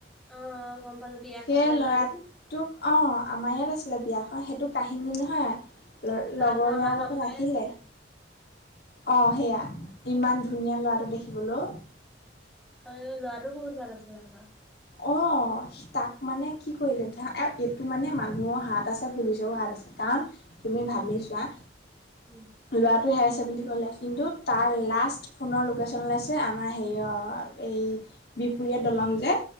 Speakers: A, in the centre; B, on the left.
A: অ গম পালো বিয়া
B: সেই
A: খাবলৈ
B: লৰা-
A: গৈ যে
B: টোক অ আমাৰ ইয়াত আছিলে বিয়া অ, সেইটো কাহিনী নহয় ল,
A: ল'ৰাটো
B: লগৰ
A: আমাৰ
B: লৰাৰ
A: লগৰে
B: লগত আহিলে
A: আছিলে
B: অ সেইয়া ইমান ধুনীয়া ল'ৰাটো দেখিবলো।
A: এ লৰাটো বহুত ভাল আছিলে
B: অ। তাক মানে কি কৰিলে। এইটো মানে মানুহৰ হাত আছে পুলিচৰো হাত আছে কাৰণ- তুমি ভাবিছোৱা
A: উম।
B: লোৱা টো হেৰাইছে বুলি ক'লে কিন্তু তাৰ লাষ্ট ফোনৰ লোকেশ্যন আছে আমাৰ হেৰিয় এই বিপুৰীয়া দলং যে